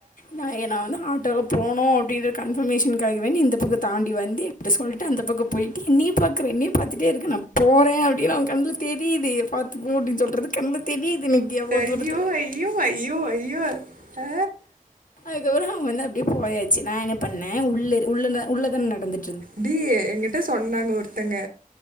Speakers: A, on the left; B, on the right.
A: நா என்ன வந்து ஆட்டோல போனு அப்டின்ற கன்ஃபர்மேஷன்காக வேண்டி இந்த பக்க தாண்டி வந்து என்ட்ட சொல்ட்டு அந்த பக்க போய்ட்டு என்னயே பாக்குற என்னயே பாத்துட்டே இருக்கு நா போறே அப்டின் அவ கண்ல தெரிது பாத்து போன் அப்டின் சொல்றது கண்ல தெரியுது எனக்கி அவ்ள
B: ஐயோ
A: தூரத்துல
B: ஐயோ ஐயோ ஐயோ ஆ
A: அதுக்கப்புற அவ வந்து அப்டியே போயாச்சு நா என்ன பண்ணே உள்ள உள்ள உள்ளதான நடந்துட்
B: டி எங்கிட்ட சொன்னாங்க ஒருத்தங்க